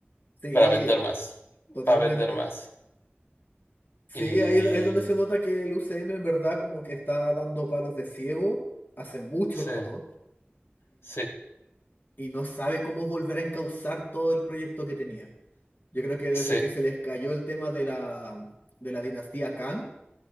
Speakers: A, on the left; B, on the left.
A: Sí,
B: para vender más,
A: totalmente.
B: para vender más.
A: Sí,
B: Y
A: ahí, ahí es donde se nota que el UCM en verdad como que está dando palos de ciego hace mucho
B: sí,
A: rato.
B: sí,
A: y no sabe cómo volver a encauzar todo el proyecto que tenía. Yo creo que desde
B: sí.
A: que se les cayó el tema de la, de la dinastía Khan,